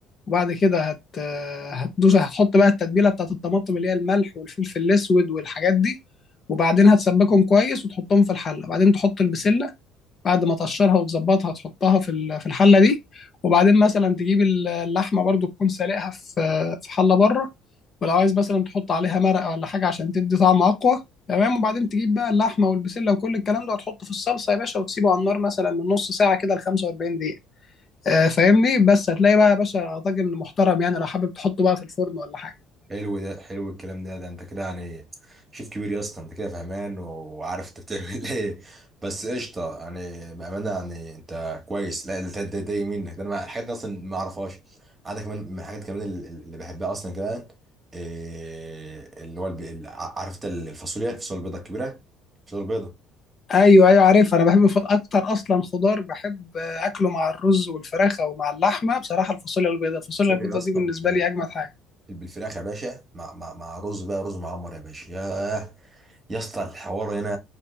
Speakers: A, on the left; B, on the right.
A: وبعد كده هت هتدوس هتحط بقى التتبيله بتاعت الطماطم اللي هي الملح والفلفل الاسود والحاجات دي وبعدين هتسبكهم كويس وتحطهم في الحله وبعدين تحط البسله بعد ما تقشرها وتظبطها تحطها في ال- في الحله دي وبعدين مثلا تجيب ال- اللحمه برضو تكون سالقها في في حله بره ولو عايز مثلا تحط عليها مرقه ولا حاجه عشان تدي طعم اقوى تمام وبعدين تجيب بقى اللحمه والبسله وكل الكلام ده وتحطه في الصلصه يا باشا وتسيبه على النار مثلا من نص ساعه كده ل 45 دقيقه آه، فاهمني بس هتلاقي بقى يا باشا طاجن محترم يعني لو حابب تحطه بقى في الفرن ولا حاجه
B: حلو ده حلو الكلام ده ده انت كده يعني شيف كبير يا اسطى انت كده فهمان وعارف انت بتعمل <laughs> ايه بس قشطه يعني بامانه يعني انت كويس لا ده ده, ده يمينك ده انا ما- الحاجات دي اصلا ما اعرفهاش عندك كمان من الحاجات كمان اللي اللي بحبها اصلا كمان إيه اللي هو الب... ال- عارف انت الفاصوليا الفاصوليا البيضاء الكبيره الفاصوليا البيضاء
A: ايوه ايوه عارف انا بحب الف- اكتر اصلا خضار بحب آه، اكله مع الرز والفراخه ومع اللحمه بصراحه الفاصوليا البيضاء الفاصوليا
B: الفاصوليا
A: البيضاء
B: يا اسطى
A: دي بالنسبه
B: بالفراخ
A: لي اجمد حاجه
B: بالفراخ يا باشا مع مع مع رز بقى رز معمر يا باشا ياه يا اسطى الحوار هنا